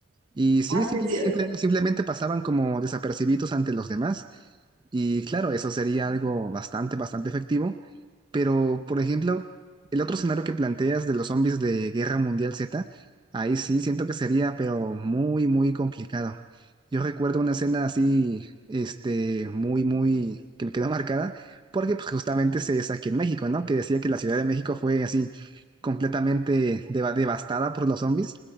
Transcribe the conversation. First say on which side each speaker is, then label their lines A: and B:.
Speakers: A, on the right; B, on the right.
A: Y sí,
B: Ah,
A: simple-
B: sí, es cierto.
A: simple- simplemente pasaban como desapercibidos ante los demás. Y claro, eso sería algo bastante, bastante efectivo. Pero, por ejemplo, el otro escenario que planteas de los zombies de Guerra Mundial Z, ahí sí siento que sería, pero muy, muy complicado. Yo recuerdo una escena así, este, muy, muy, que me quedó marcada, porque pues justamente se es aquí en México, ¿no? Que decía que la Ciudad de México fue así completamente deva- devastada por los zombies.